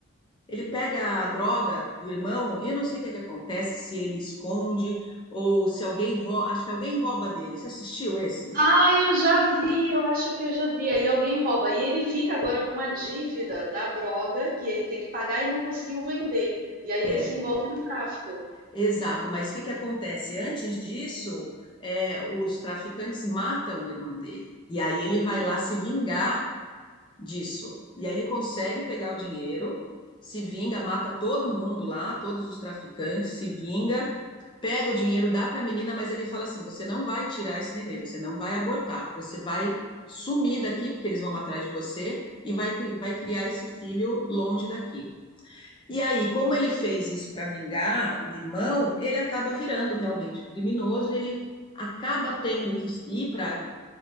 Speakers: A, on the left; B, on the right.
A: ele pega a droga do irmão e eu não sei o que é que acontece, se ele esconde ou se alguém rouba, acho que alguém rouba dele. Você assistiu esse?
B: Ah, eu já vi, eu acho que eu já vi. Aí alguém rouba. E ele fica agora com a dívida da droga que ele tem que pagar e não conseguiu vender. E aí
A: É,
B: ele se envolve no tráfico.
A: exato. Mas o que que acontece? Antes disso, é, os traficantes matam o irmão dele. E aí ele vai lá se vingar disso. E aí ele consegue pegar o dinheiro, se vinga, mata todo mundo lá, todos os traficantes, se vinga, pega o dinheiro, dá para a menina, mas ele fala assim: você não vai tirar esse neném, você não vai abortar, você vai sumir daqui, porque eles vão atrás de você, e vai, vai criar esse filho longe daqui. E aí, como ele fez isso para vingar o irmão, ele acaba virando realmente um criminoso e ele acaba tendo que ir para